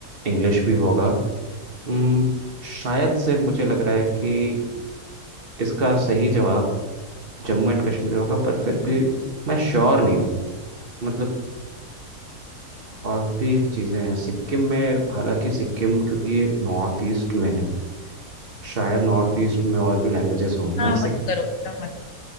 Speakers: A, on the right; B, on the left.
A: इंग्लिश भी होगा हम्म, शायद से मुझे लग रहा है कि इसका सही जवाब जम्मू एंड कश्मीर होगा पर फिर भी मैं श्योर नहीं हूँ मतलब और भी चीज़ें हैं सिक्किम में हालांकि सिक्किम क्योंकि नॉर्थ ईस्ट में है शायद नॉर्थ ईस्ट में और भी लैंग्वेजेस हो मैं
B: ना मत
A: सिक
B: करो इतना मत